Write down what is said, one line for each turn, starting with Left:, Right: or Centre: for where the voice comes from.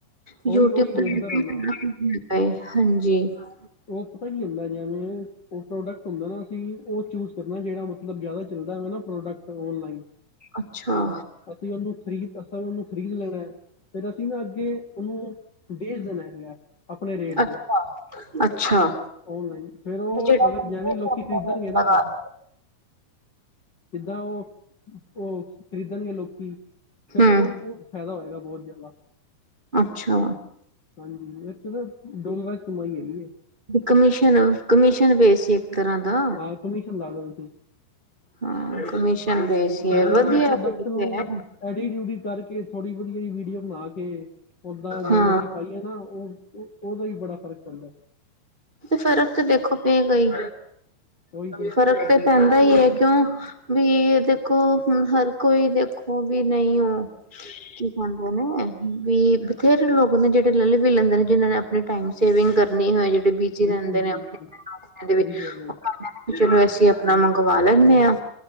Right: <unintelligible>
Left: ਉਹੀ ਉਹੀ ਦੇਖਦਾ ਰਹਿੰਦਾ ਮੈਂ ਓਪਨ ਹੀ ਹੁੰਦਾ ਜੇ ਮੈ ਉਹ ਪ੍ਰੋਡਕਟ ਹੁੰਦਾ ਨਾ ਅਸੀਂ ਉਹ ਚੂਜ ਕਰਨਾ ਜਿਹੜਾ ਮਤਲਬ ਜ਼ਿਆਦਾ ਚੱਲਦਾ ਹੈ ਨਾ ਪ੍ਰੋਡਕਟ ਔਨਲਾਈਨ
Right: ਅੱਛਾ
Left: ਅਸੀਂ ਓਨੂੰ ਖ਼ਰੀਦ ਅਸਾ ਉਹਨੂੰ ਖ਼ਰੀਦ ਲੈਣਾ ਹੈ। ਫਿਰ ਅਸੀਂ ਨਾ ਅੱਗੇ ਉਹਨੂੰ ਬੇਚ ਦੇਣਾ ਹੈਗਾ ਆਪਣੇ ਰੇਟ
Right: ਅੱਛਾ
Left: ਤੇ
Right: ਅੱਛਾ।
Left: ਔਨਲਾਈਨ ਫਿਰ ਉਹ
Right: ਤੇ ਜਿਹੜਾ
Left: ਅਗਰ
Right: ਮਰਜ਼ੀ
Left: ਜਿਵੇਂ
Right: ਅਸੀਂ
Left: ਲੋਕੀ
Right: ਆਪਣਾ
Left: ਖ਼ਰੀਦਣਗੇ
Right: ਰੇਟ
Left: ਨਾ
Right: ਲਗਾ ਲਓ
Left: ਜਿੱਦਾਂ ਉਹ ਉਹ ਖ਼ਰੀਦਣ ਗੇ ਲੋਕੀ ਫਿਰ
Right: ਹਮ
Left: ਉਹਨਾਂ ਨੂੰ ਫ਼ਾਇਦਾ ਹੋਏਗਾ ਬਹੁਤ ਜ਼ਿਆਦਾ
Right: ਅੱਛਾ।
Left: ਹਾਂਜੀ ਇਚ ਨਾ ਦੁਗਣਾ ਚ ਕਮਾਈ ਹੈਗੀ ਹੈ।
Right: ਕਮਿਸ਼ਨ ਕਮਿਸ਼ਨ ਬੇਸ ਇੱਕ ਤਰ੍ਹਾਂ ਦਾ
Left: <unintelligible>
Right: ਹਾਂ ਕਮਿਸ਼ਨ ਬੇਸ
Left: ਉਹ
Right: ਹੀ
Left: ਜਿਵੇਂ
Right: ਹੈ ਵਧੀਆ
Left: ਆਪਣੇ ਪ੍ਰੋਡਕਟ
Right: ਫਿਰ
Left: ਨੂੰ
Right: ਤੇ ਹੈ।
Left: ਐਡੀਟ ਉਡਿਤ ਕਰਕੇ ਥੋੜੀ ਵਧੀਆ ਵੀਡੀਓ ਬਣਾ ਕੇ ਉਦਾਂ ਜਿਵੇਂ
Right: ਹਾਂ
Left: ਅਸੀਂ ਪਾਈਏ ਨਾ ਉਹ ਵੀ ਬੜਾ ਫ਼ਰਕ ਪੈਂਦਾ
Right: ਫ਼ਰਕ ਤੇ ਦੇਖੋ ਪਏਗਾ ਹੀ
Left: ਉਹੀ ਤਾਂ
Right: ਫ਼ਰਕ ਤੇ ਪੈਂਦਾ ਹੀ ਹੈ ਕਿਉਂ ਵੀ ਦੇਖੋ ਹੁਣ ਹਰ ਕੋਈ ਦੇਖੋ ਉਹ ਵੀ ਨਹੀਂ ਓ ਕੀ ਨੇ ਵੀ ਬਥੇਰੇ ਲੋਕ ਨੇ ਜਿਹੜੇ ਲਲ ਵੀ ਲੈਂਦੇ ਨੇ ਜਿਹਨਾਂ ਨੇ ਆਪਣੇ ਟਾਈਮ ਸੇਵਿੰਗ ਕਰਨੀ ਹੋਏ ਜਿਹੜੇ ਬਿਜੀ
Left: ਬਿਲਕੁਲ
Right: ਰਹਿੰਦੇ
Left: ਜੀ
Right: ਨੇ
Left: ਬਿਲਕੁਲ
Right: ਆਪਣੇ
Left: ਸਹੀ
Right: <unintelligible>
Left: ਕਹਿ ਰਹੇ ਹੋ
Right: ਚਲੋ ਅਸੀਂ ਆਪਣਾ ਮੰਗਵਾ ਲੈਨੇ ਹਾਂ।